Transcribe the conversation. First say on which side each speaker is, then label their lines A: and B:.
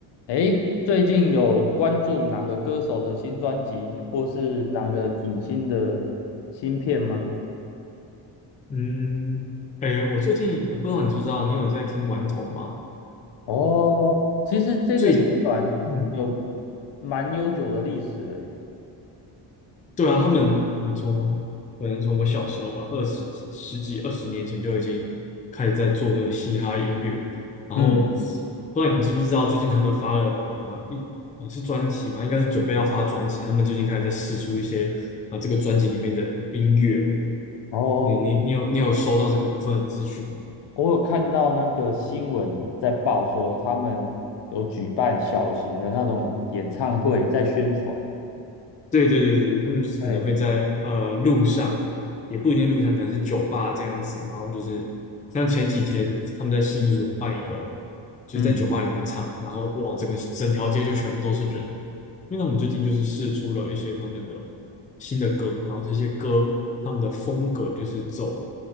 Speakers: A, on the left; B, on the left.
A: 诶，最近有关注哪个歌手的新专辑，或是哪个影星的新片吗？
B: 嗯，哎，我最近呃不知道你知不知道，你有在听顽童吗？
A: 哦，其实这个乐团有
B: 最，嗯，
A: 蛮悠久的历史了耶。
B: 对啊，他们，我从可能从我小时候吧，二十十几二十年前就已经开始在做这个嘻哈音乐，然后
A: 嗯，
B: 不知道你知不知道，最近他们发了呃一呃是专辑嘛，应该是准备要发专辑，他们最近开始在试出一些啊、呃这个专辑里面的音乐了。
A: 哦，
B: 你你你有你有收到这个部分的资讯吗？
A: 我有看到那个新闻在报说，他们有举办小型的那种演唱会，在宣传。
B: 对对对对，他们就是可能会在呃路上，
A: 对，
B: 也不一定路上，可能是酒吧这样子，然后就是像前几天他们在信义有办一个，就是在酒吧里面唱，
A: 嗯
B: 然后哇，整个整条街就全部都是人，因为他们最近就是试出了一些他们的新的歌，然后这些歌他们的风格就是走